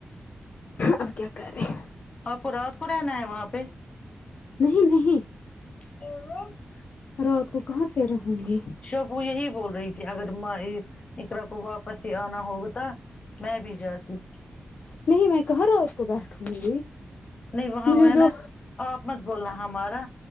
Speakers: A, on the left; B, on the left.
A: اب کیا کر رہے
B: اںپ کو رات کو رہنا ہے وہاں پہ
A: نہیں نہیں
B: <unintelligible>
A: رات کو کہاں سے رہوں گی
B: شوبو یہی بول رہی تھی اگر ماےاقرا کو واپس ہی آنا ہوگا تو ت میں بھی جاتی
A: نہیں میں کہاں نا اس کو بیٹھوں گی
B: نہیں وہاں
A: مجھے
B: وہ ہے
A: جو
B: نا آپ مت بولنا ہمارا